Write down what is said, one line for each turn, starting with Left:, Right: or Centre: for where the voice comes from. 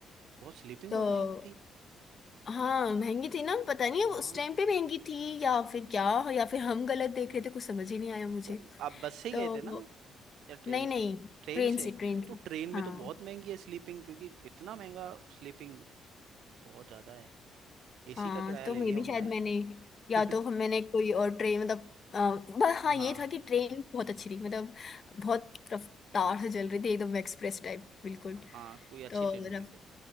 Right: बहुत स्लीपिंग
Left: तो
Right: बहुत महंगी थी
Left: हाँ महंगी थी ना पता नहीं अब
Right: हाँ
Left: उस टाइम पे महंगी थी या फिर क्या या फिर हम गलत देख रहे थे कुछ समझ ही नहीं आया मुझे
Right: तो आप बस से ही
Left: तो
Right: गए थे ना या ट्रेन
Left: नहीं नहीं
Right: से ट्रेन
Left: ट्रेन
Right: से
Left: से ट्रेन से
Right: तो ट्रेन में
Left: हाँ
Right: तो बहुत महंगी है स्लीपिंग क्योंकि इतना महंगा स्लीपिंग बहुत ज्यादा है एसी
Left: हाँ
Right: का किराया
Left: तो
Right: ले
Left: मे
Right: लिया
Left: भी
Right: उन्होंने
Left: शायद मैंने या
Right: <laughs>
Left: तो हम- मैंने कोई और ट्रेन मतलब आ, पर हाँ
Right: हाँ
Left: ये था कि ट्रेन बहुत अच्छी थी मतलब बहुत रफ्तार से चल रही थी एकदम एक्सप्रेस टाइप बिल्कुल
Right: हाँ कोई अच्छी
Left: तो
Right: ट्रेन होगी
Left: रफ
Right: फिर